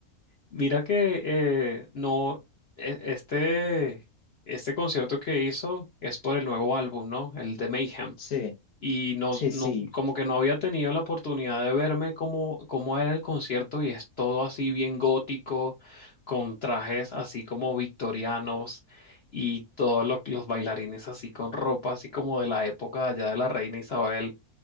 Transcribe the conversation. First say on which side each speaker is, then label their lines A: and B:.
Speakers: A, on the left; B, on the left.
A: Mira que eh, no, e- este, este concierto que hizo es por el nuevo álbum, ¿no? El de Mayhem.
B: Sí,
A: y no,
B: sí,
A: no-
B: sí.
A: como que no había tenido la oportunidad de verme cómo, cómo era el concierto y es todo así bien gótico, con trajes así como victorianos y todos lo- los bailarines así con ropa así como de la época allá de la reina Isabel.